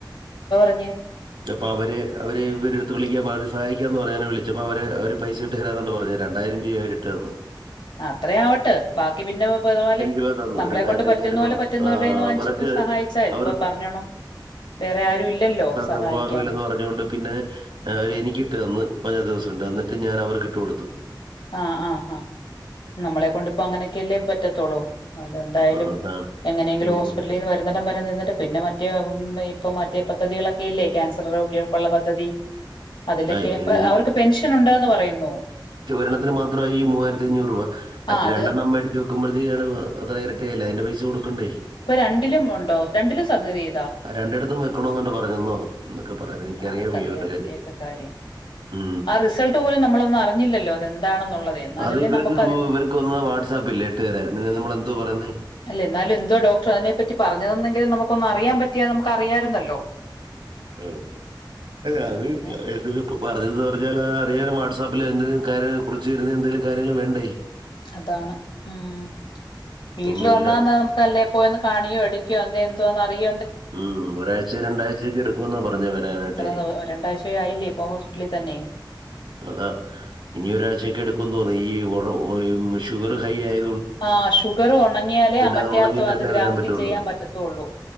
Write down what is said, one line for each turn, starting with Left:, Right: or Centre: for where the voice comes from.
Left: അഞ്ഞ
Right: അപ്പൊ അവര് അവര് ഇവരെടുത്ത് വിളിക്കാ അവര് സഹായിക്കാ എന്ന് പറഞ്ഞെ വിളിച്ച അപ്പോ അവര് അവര് പൈസ ഇട്ട് തരാന്നണ്ട് പറഞ്ഞു രണ്ടായിം രൂപ അവര് ഇട്ട്ന്ന്
Left: അത്ര ആവട്ടെ ബാക്കി പിന്നെപല്
Right: രൂപ തന്നു.
Left: നമ്മളെ കൊണ്ട്
Right: രൂപ
Left: പറ്റുന്ന
Right: ഞാനിപ്പം
Left: പോലെ പറ്റുന്നവരുടെന്ന്
Right: ആഹ്
Left: വാങ്ങിച്ച
Right: അവർക്ക്
Left: സഹായിച്ചാ
Right: അവർ
Left: ഇപ്പൊ പറഞ്ഞോണം വേറെ ആരും ഇല്ലല്ലോ സഹായിക്കാൻ
Right: നിർവാഹ ഇല്ലെന്ന് പറഞ്ഞുകൊണ്ട് പിന്നെ അവര് എനിക്കിട്ട് അന്ന് <unintelligible> സണ്ട റ്റു ഉം ഞാൻ അവർക്ക് ഇട്ടു കൊടുത്തു
Left: ആഹ് ആ ആ നമ്മളെ കൊണ്ടിപ്പോ അങ്ങനെയൊക്കെയല്ലേ പറ്റത്തോളോ അല്ല എന്തായാലും
Right: ആഹ് അതാണ്.
Left: എങ്ങനെയെങ്കിലും
Right: മ്മ്.
Left: ഹോസ്പിറ്റലിൽ നിന്ന് വരുന്നിടം വരെ നിന്നിട്ട് പിന്നെ മറ്റേ ഇപ്പ മറ്റ പദ്ധതികളോക്കെ ഇല്ല കാൻസർ രോഗികൾക്കുള്ള പദ്ധതി അതിലൊക്കെ
Right: ആ ഇപ്പൊ
Left: അപ്പൊ
Right: ഇനി
Left: അവർക്ക് പെൻഷൻ ഉണ്ടന്ന് പറയുന്നു
Right: രണത്തിന് മാത്രമായി മൂവായിരത്തി അഞ്ഞൂറ് രൂപ മറ്റ
Left: ആ അത്
Right: രണ്ടെണ്ണം അ അടു വെക്കുമ്പോഴേക്ക അത്ര ഇരായില്ല അന്റെ പൈസ കൊടുക്കണ്ടേ
Left: ഇപ്പൊ രണ്ടിലും ഉണ്ടോ രണ്ടിലും സർജറിയ
Right: രണ്ടിടത്തും വെക്കണോന്നണ്ട പറഞ്ഞന്നോ എന്നൊക്കെ പറയാുന്ന എനിക്കറിയാംവരുടെ
Left: ആർക്കറിയാം അതിന്റെയൊക്കെ
Right: കാര്യം
Left: കാര്യം
Right: ഉ
Left: ആ റിസൾട്ട് പോലും നമ്മളൊന്നും അറിഞ്ഞില്ലല്ലോ അതെന്താണെന്നുള്ളത് എന്നാലല്ലേ
Right: അത് ഇവർക്ക്
Left: നമുക്ക് അതി
Right: ഇവർക്ക് വന്ന് വാട്സാപ്പ ഇല്ല ഇട്ട് തരരുന്നു പിന്നെ നമ്മൾെന്തോ പറയുന്നേ
Left: അല്ല എന്നാലും എന്തോ ഡോക്ടർ അതിനെ പറ്റി പറഞ്ഞതന്നെങ്കിലും നമുക്ക ഒന്ന് അറിയാൻ പറ്റിയാ നമുക്ക് അറിയാരുന്നല്ലോ
Right: ആ അല്ലെ
Left: പിന്നെ
Right: അത്പ്പ ഇതിൽ പറഞ്ഞത് പറഞ്ഞാൽ അറിയാൻ വാട്സാപ്പിൽ എന്തങ്കിലും കാര്യങ്ങൾ കുറിച്ച് തരുന്ന എന്തെങ്കിലും കാര്യങ്ങൾ വേണ്ടേ
Left: അതാണ് ഉം വീട്ടിൽ
Right: ഒന്നുമില്ല
Left: വന്നാ നമുക്ക് അല്ലേ പോയന്ന് കാണിയോ എടുക്കയോ അല്ല എന്ത് ന്നറിയ
Right: ഉം ഒരാഴ്ച രണ്ടാഴ്ചയൊക്കെ എടുക്കുമെന്നാ പറഞ്ഞ വരാനട്ടെ
Left: ഇത്ര രണ്ടാഴ്ച ആയില്ലേ ഇപ്പൊ ഹോസ്പിറ്റലിൽ തന്നെ
Right: അതാ ഇനി ഒരാഴ്ചൊക്കെ എടുക്കും ഈ ഓ എ ഷുഗർ ഹൈ ആയ
Left: ആ ഷുഗർ ഉണങ്ങിയാലേ മറ്റേനാത്ത്
Right: അത് ഉണങ്ങിയിട്ടല്ലേ
Left: അത് ഗ്രാഫ്റ്റിൻ
Right: വരാൻ പറ്റുള്ളൂ
Left: ചെയ്യാൻ പറ്റത്തുള്ളൂ